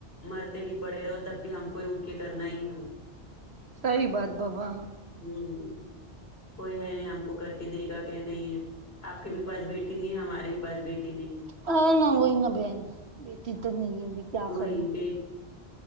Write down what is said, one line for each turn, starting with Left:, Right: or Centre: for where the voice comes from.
Left: مرتے بھی پڑے رہے ہو تب بھی ہم کو ہی اٹھ کے کرنا ہی ہے وہ
Right: سحیح بات بابا
Left: ہمم کوئی ہے نہیں ہم کو کر کے دے گا کہ نہیں ہے آپ کے بھی پاس بیٹی نہیں ہے ہمارے بھی پاس بیٹی نہیں
Right: ہاں نہ وہی نہ بہن بیٹی تو نہیں ہے کیا
Left: وہی
Right: کریں گے
Left: ہے